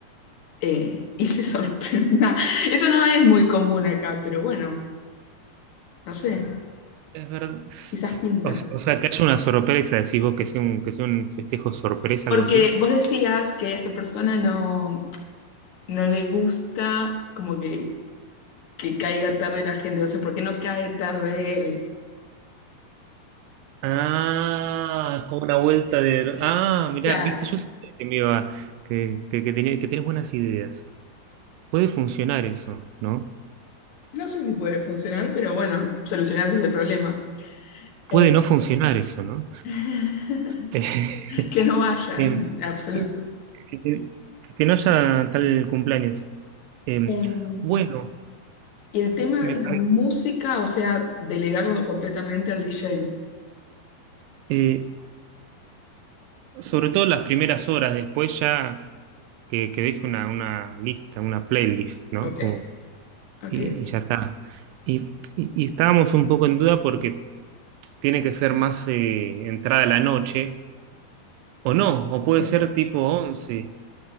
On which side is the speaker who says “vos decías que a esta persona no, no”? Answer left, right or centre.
Left